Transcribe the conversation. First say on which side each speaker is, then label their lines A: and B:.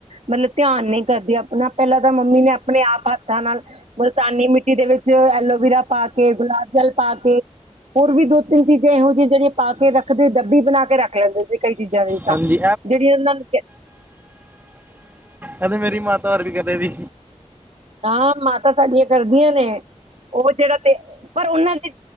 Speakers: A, on the right; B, on the right.
A: ਮਤਲਬ ਧਿਆਨ ਨਹੀਂ ਕਰਦੀ ਆਪਣਾ ਪਹਿਲਾਂ ਤਾਂ ਮੰਮੀ ਨੇ ਆਪਣੇ ਆਪ ਹੱਥਾਂ ਨਾਲ ਮੂਲਤਾਨੀ ਮਿੱਟੀ ਦੇ ਵਿੱਚ ਐਲੋ ਐਲੋਵਰਾ ਪਾ ਕੇ, ਗੁਲਾਬ ਜਲ ਪਾ ਕੇ ਹੋਰ ਵੀ ਦੋ ਤਿੰਨ ਚੀਜ਼ਾਂ ਇਹੋ ਜਿਹੀਆਂ ਜਿਹੜੀਆਂ ਪਾ ਕੇ ਰੱਖਦੇ ਡੱਬੀ ਬਣਾ ਕੇ ਰੱਖ ਲੈਂਦੇ ਸੀ, ਕਈ ਚੀਜ਼ਾਂ ਦੀ ਤਾਂ
B: ਹਾਂਜੀ
A: ਜਿਹੜੀ ਉਹਨਾਂ ਨੂੰ।
B: ਐ ਤੇ ਮੇਰੀ ਮਾਤਾ ਵਰਗੇ ਵੀ ਕਦੇ ਦੀ।
A: ਨਾਂ ਮਾਤਾਾਂ ਸਾਡੀਆਂ ਕਰਦੀਆਂ ਨੇ ਉਹ ਜਿਹੜਾ ਤੇ ਪਰ ਉਹਨਾਂ ਚ।